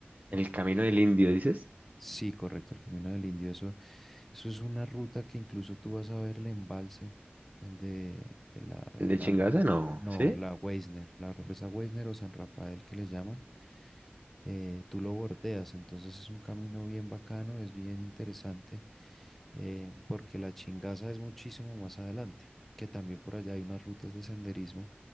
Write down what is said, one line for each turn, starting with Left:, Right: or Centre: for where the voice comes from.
Right: El camino del indio, dices.
Centre: Sí, correcto, el Camino del Indio. Eso, eso es una ruta que incluso tú vas a ver el embalse, el de el la,
Right: ¿El de
Centre: la-
Right: Chingaza? No,
Centre: no,
Right: ¿sí?
Centre: la Weisner, la represa Weisner o San Rafael que le llaman. eh, tú lo bordeas, entonces es un camino bien bacano, es bien interesante, eh, porque la Chingaza es muchísimo más adelante, que también por allá hay unas rutas de senderismo